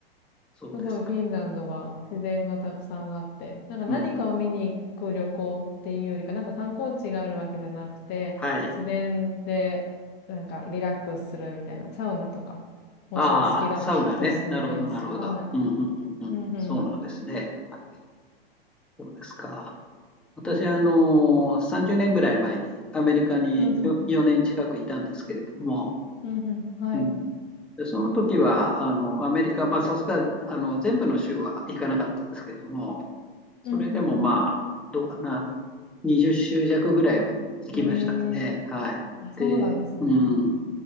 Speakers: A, in the centre; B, on the left (about 30°).
A: そうですか。
B: すごいフィンランドは自然がたくさんあって、なんか何かを見に行く旅行っていうよりか、
A: うんうん、
B: なんか観光地があるわけじゃなくて、
A: はい。
B: 自然でなんかリラックスするみたいな、サウナとか、もしお好きだったらおすすめです。
A: ああ、あサウナね。なるほど、なるほど。
B: はい。
A: うんうんうんうん、
B: うん、うん、
A: そうなんですね。
B: う
A: はい、そうですか。私はあの、
B: ん。いいですね。
A: 30年ぐらい前にアメリカによ4年近くいたんですけれども、
B: うん、うん、うん、うん。はい。
A: うん、でその時は、あの、アメリカ、まあ、さすが、あの、全部の州は行かなかったんですけれども、それでもまあ、
B: うん、うん、
A: どうかな、20州弱ぐらいは行きましたかね。
B: うん。ええー、
A: はい。
B: あ、そうなんですね。
A: で、うん。